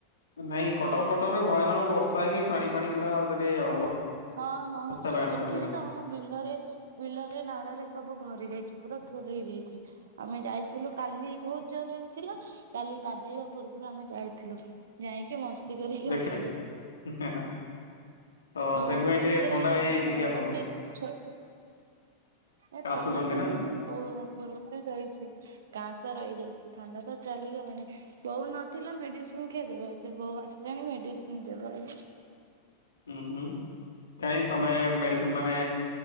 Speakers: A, on the left; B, on the right.
A: ନାଇଁ କଟକ ଫଟରେ ଭୟାନକ ବଷ୍ ସ ପାଣି ଫାଣି ପୁରା ଅବସ୍ଥି
B: ହଁ ହଁ
A: ବ୍ୟାଡ୍
B: ଏଠି
A: ବାଜିଗଲାଣି।
B: ବି ତ ଆମ ବିଲରେ ବିଲରେ ନାଡରେ ସବୁ ଭରି ଯାଇଚି ପୁରା ଫୁଲ୍ ହେଇଯାଇଚି। ଆମେ ଯାଇଥିଲୁ କାଲି ବହୁତ୍ ଜୋରେ ହେଉଥିଲା କାଲି ଗାଧେଇବା ପୂର୍ବରୁ ଆମେ ଯାଇଥିଲୁ। ଯାଇକି ମସ୍ତି କରିକି
A: ଦେଖିନାହିଁ
B: ଆସିଲୁ ଏକାଥରେ।
A: <unintelligible> ତ
B: ହଁ
A: ସେଥିପାଇଁ ଟିକେ
B: ଭିତରେବି
A: ଥଣ୍ଡା
B: ଯାଇଥିଲୁ
A: ହେଇଯାଇଛି
B: ମାନେ
A: କି ଆପଣଙ୍କୁ?
B: ଗୋଟେ ଛୁ ଏ ଥଣ୍ଡାତ
A: ଆସୁଛନ୍ତି ନା
B: ଦି ଦିନ ପୁ ପୂର୍ବରୁ ରହିଚି। କାଁସ ରହିଯାଇଛି ଥଣ୍ଡାତ ଚାଲିଗଲାଣି ବୋଉ ନଥିଲା ମେଡ଼ିସିନ୍ କିଏ ଦବ ସେ ବୋଉ ଆସିଲାଣି ମେଡ଼ିସିନ୍ ଦବ ଆଜି।
A: ହୁଁ ହୁଁ କାଇଁ ତମେ ମେଡ଼ିସିନ୍ ମାନେ